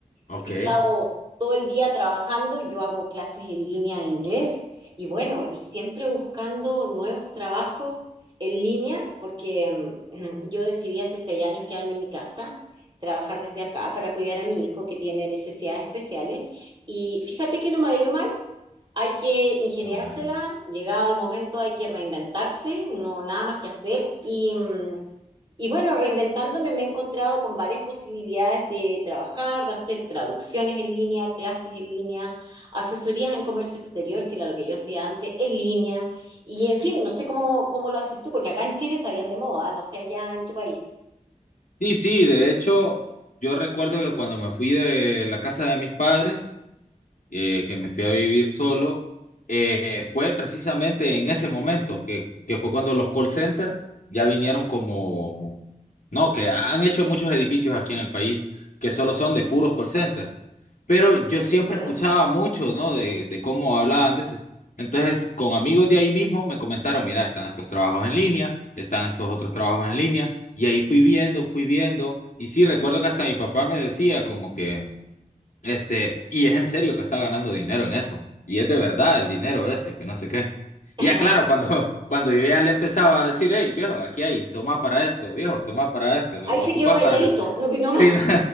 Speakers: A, on the left; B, on the right.
A: Ok.
B: He estado todo el día trabajando. Yo hago clases en línea de inglés y bueno, y siempre buscando nuevos trabajos en línea porque mm, yo decidí hace seis años quedarme en mi casa, trabajar desde acá para cuidar a mi hijo que tiene necesidades especiales. Y fíjate que no me ha ido mal. Hay que ingeniársela,
A: Ah, bueno.
B: llegado el momento hay que reinventarse, no nada más que hacer. Y, mm, y bueno, reinventándome me he encontrado con varias posibilidades de trabajar, de hacer traducciones en línea, clases en línea, asesorías en comercio exterior, que era lo que yo hacía antes, en línea. Y en fin, no sé cómo, cómo lo haces tú, porque acá en Chile está bien de moda, no sé allá en tu país.
A: Sí, sí, de hecho, yo recuerdo que cuando me fui de la casa de mis padres, eh, que me fui a vivir solo, eh, fue precisamente en ese momento, que, que fue cuando los call centers ya vinieron como, no, que han hecho muchos edificios aquí en el país que solo son de puros call centers. Pero yo
B: No
A: siempre
B: te puedo.
A: escuchaba mucho, ¿no? De, de cómo hablaban de eso. Entonces, con amigos de ahí mismo me comentaron, mira, están estos trabajos en línea, están estos otros trabajos en línea, y ahí fui viendo, fui viendo, y sí, recuerdo que hasta mi papá me decía como que, este, y es en serio que está ganando dinero en eso. Y es de verdad el dinero ese, que no sé qué. Y
B: <laughs>
A: ya claro, cuando, <laughs> cuando yo ya le empezaba a decir, hey, viejo, aquí hay, toma para esto, viejo, toma para esto,
B: Ahí
A: ocupás
B: se quedó calladito,
A: para... que-".
B: no opinó
A: Sí,
B: más.
A: <laughs> no,